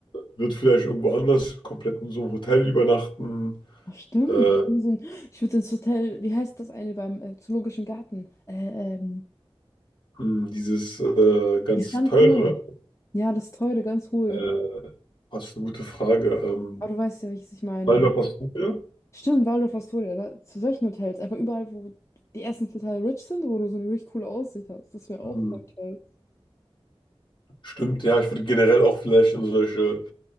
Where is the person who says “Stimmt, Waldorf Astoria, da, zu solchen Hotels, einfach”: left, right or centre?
Left